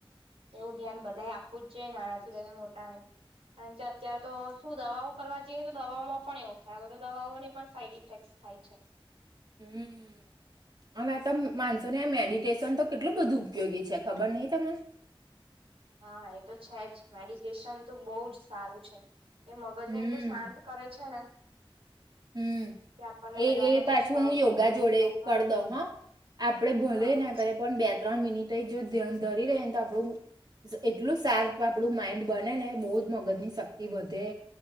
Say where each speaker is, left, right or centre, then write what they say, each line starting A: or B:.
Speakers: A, on the right; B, on the right.
A: એવું ધ્યાન બધા આપવું જ જોઈએને નાનાથી લઈને મોટાને કારણ કે અત્ય્યારે તો શું દવાઓ કરવા જઈએ તો દવાઓમાં પણ એવું થાય તો દવાઓની પણ સાઈડ ઇફેક્ટ થાય છે
B: હમ અને આ ત માણસો ને આ મેડિટેશન તો કેટલું બધું ઉપયોગી છે ખબર નહિ તને
A: હા એ તો છે જ મેડિટેશન તો બહુ જ સારું છે એ મગજ
B: હમ
A: ને એટલું શાંત કરે છે ને
B: હમ
A: કે આપણને
B: એ
A: બધાનો
B: એ
A: ગુસ્સો
B: પાછું
A: આવતો
B: હું યોગા
A: હોય
B: જોડે
A: કે એવું હોય.
B: કર દઉ હા આપડે ભલે
A: હા હા
B: ના કરે પણ બે ત્રણ મિનિટ જો ધ્યાન ધરી ર ને તો આપણું એટલું સાર્પ આપણું માઈન્ડ બને ને બહુ જ મગજ ની શક્તિ વધે